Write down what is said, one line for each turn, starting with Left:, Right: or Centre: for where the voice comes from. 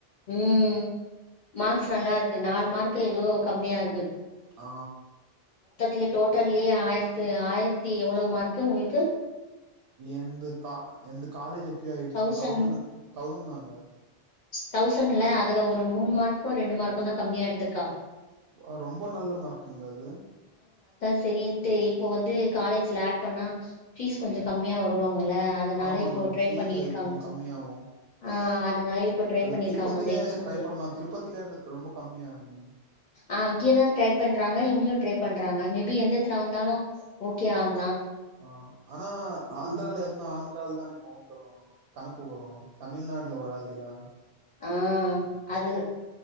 Left: உம் மார்க்ஸ் நல்லா இருக்கு நாலு மார்க் ஏதோ கம்மியா இருக்கு
Right: ஆ
Left: த்லயே டோட்டல்லயே ஆயிரத்து ஆயிரத்தி எவ்வளவோ மார்க்கு உங்ளுக்கு
Right: ஏந்து கா எந் காலேஜ் ப் ப்டியாடுச்சுங்க
Left: தௌசண்ட்
Right: தௌசண் தௌசண்ட் தாங்க
Left: தௌசண்ட்ல அதுல ஒரு மூணு மார்க்கோ ரெண்டு மார்க்கோ தான் கம்மியாடுருக்கா
Right: ஆ ரொம்ப நல்ல மார்க்குங்க அது
Left: செரின்ட்டு இப்போ வந்து காலேஜ்ல ஆட் பண்ணா ப்பீஸ் கொஞ்சம்
Right: ம்
Left: கம்மியா வருவாங்கல்ல அதனால
Right: ஆமாங்க
Left: இப்போ ட்ரை
Right: ஃபீஸு
Left: பண்ணிருக்காங்க
Right: கொஞ்சோ கம்மியாவு
Left: ஆஹ அதுனால் ரை
Right: அது
Left: பண்ணிருக்காங்க
Right: திருப்பதில
Left: அந்த எக்சன்கு
Right: ட்ரை பண்லா திருப்பதில ரொம்ப கம்மியாகுமே
Left: ம்ம் அங்கயான் ட்ரை பண்றாங்கங்க இங்கயும் ட்றை பண்றாங்க வந்தாலும் ஓக்கே ஆங்
Right: ஆஹ் ஆனா ஆந்திரால
Left: ம்,
Right: இருனா ஆ ஆனா ஆந்திரால ருந்தா ஆந்திரால தானே கவுண்ட் டு வரும் கணக்கு வரும் தமிழ்நாடுல வராதில்லா
Left: ஆஹ் அது